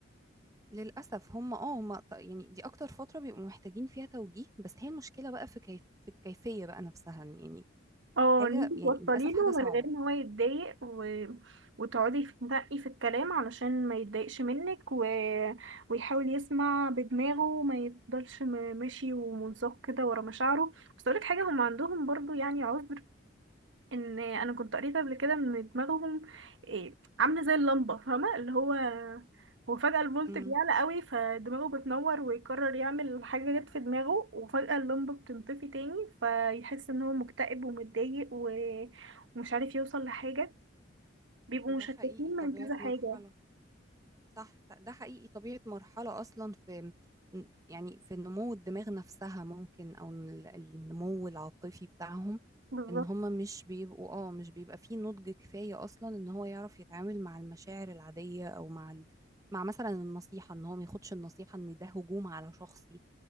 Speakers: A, on the right; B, on the right.
A: للأسف هم اه هم ط- يعني دي أكتر فترة بيبقوا محتاجين فيها توجيه بس هي المشكلة بقى في كيف في الكيفية بقى نفسها يعني
B: اه
A: حاجة
B: ان انت
A: يعني
B: توصلي
A: للأسف
B: له
A: حاجة صعبة
B: من غير ان هو يتضايق و... وتقعدي تنقي في الكلام علشان ما يتضايقش منك و... ويحاول يسمع بدماغه وما يفضلش م- ماشي ومنساق كده ورا مشاعره بس اقولك حاجه هم عندهم برضو يعني عذر ان انا كنت قريت قبل كده ان دماغهم إيه، عامله زي اللمبه فاهمه اللي هو هو فجاه الفولت
A: امم
B: بيعلى قوي فدماغه بتنور ويقرر يعمل حاجه جت في دماغه وفجاه اللمبه بتنطفي تاني فيحس ان هو مكتئب ومتضايق و... ومش عارف يوصل لحاجه بيبقوا
A: ده
B: مشتتين
A: حقيقي طبيعة
B: من كذا حاجه
A: مرحلة صح ده حقيقي طبيعة مرحلة أصلا في يعني في نمو الدماغ نفسها ممكن أو ال- النمو العاطفي بتاعهم
B: بالظبط
A: إن هما مش بيبقوا اه مش بيبقى فيه نضج كفاية أصلا إن هو يعرف يتعامل مع المشاعر العادية أو مع ال... مع مثلا النصيحة إن هو ما ياخدش النصيحة إن ده هجوم على شخصي